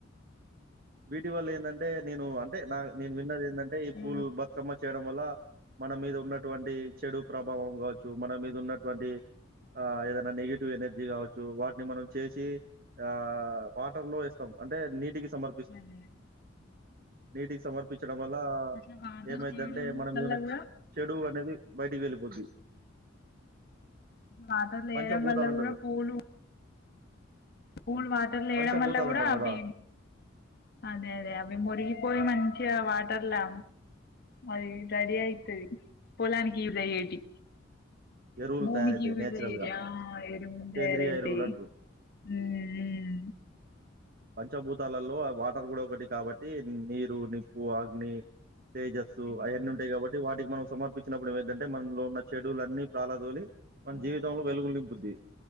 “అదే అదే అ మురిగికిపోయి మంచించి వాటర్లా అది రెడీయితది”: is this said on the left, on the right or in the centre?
Left